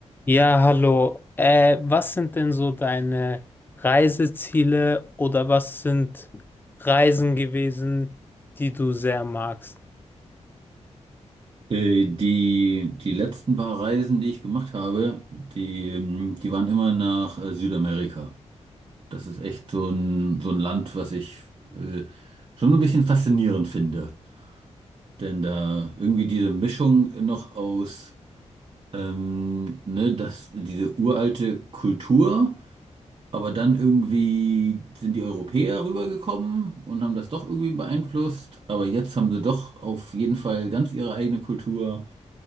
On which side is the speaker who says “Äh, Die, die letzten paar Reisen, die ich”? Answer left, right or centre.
Right